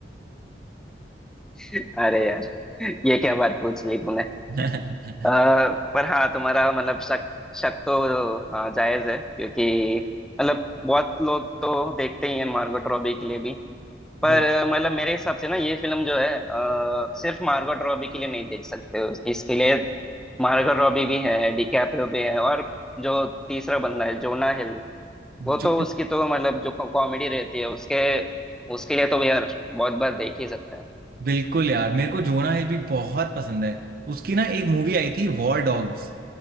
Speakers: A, in the centre; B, on the right.
A: <laughs> अरे यार ये क्या बात पूछ ली तूने
B: <laughs>
A: अ, पर हाँ तुम्हारा मतलब शक शक तो हाँ जायज है क्योंकि मतलब बहुत लोग तो देखते ही हैं मार्गोट रॉबी के लिए भी पर
B: बिल्कुल
A: अ, मतलब मेरे हिसाब से ना ये फिल्म जो है अ, सिर्फ मार्गोट रॉबी के लिए नहीं देख सकते हो इसके लिए मार्गो रॉबी भी है डिकैप्रियो भी है और जो तीसरा बंदा है जोना हिल वो
B: जो
A: तो उसकी तो मतलब जो कॉमेडी रहती है उसके उसके लिए तो यार बहुत बार देख ही सकते हैं
B: बिल्कुल यार मेरे को जोना हिल भी बहुत पसंद है उसकी ना एक मूवी आई थी वॉर डॉग्स